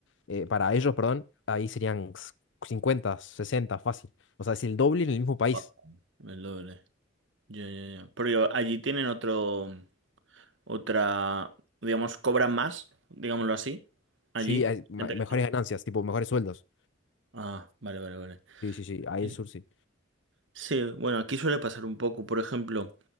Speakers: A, on the left (about 65°); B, on the right (about 70°).
A: eh, para ellos, perdón, ahí serían s- 50, 60, fácil. O sea, es el doble en el mismo país.
B: Ah, El doble. Ya, ya, ya. Pero allí tienen otro, otra, digamos, cobran más, digámoslo así. Allí,
A: Sí, hay ma-
B: gente
A: mejores
B: que trabaja.
A: ganancias, tipo mejores sueldos.
B: Ah, vale, vale, vale.
A: Sí, sí, sí, ahí
B: Sí,
A: en sur sí.
B: Sí, bueno, aquí suele pasar un poco. Por ejemplo.